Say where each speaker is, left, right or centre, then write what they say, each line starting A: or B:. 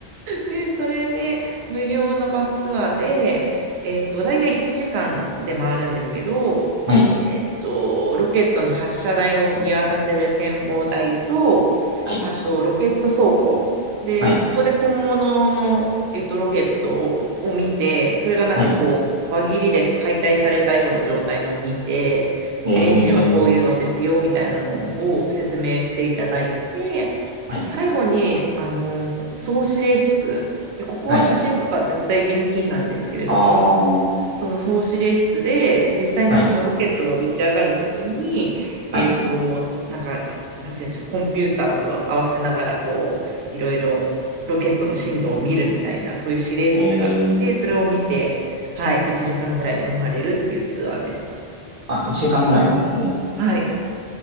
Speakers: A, on the right; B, on the right.
A: で、それで無料のバスツアーで、えっと、大体1時間で回るんですけど、
B: はい、
A: えっと、ロケットの発射台を見渡せる展望台と、
B: はい、
A: あとロケット倉庫。で、
B: はい、
A: そこで本物の、えっと、ロケットを、を見て、それがなんかこう、
B: はい。
A: 輪切りで解体されたような状態のを見て、
B: え
A: で、エンジンはこういうのですよ、
B: え、
A: みたいなのを説明していただいて、
B: はい、
A: 最後に、あの、総司令室でここは写真とか絶対厳禁なんですけれども
B: はい。ああ、は
A: その総司令室で実際にそのロケットが打ち上がるときに、
B: い、はい。
A: えっと、なんか、なんて言うんでしょう、コンピューターと合わせながらこういろいろロケットの進路を見るみたいなそういう指令室があってそれを見て、
B: ええ、
A: はい、1時間ぐらいで回れるっていうツアーでした。
B: あ、1時間ぐらいなんですね。
A: はい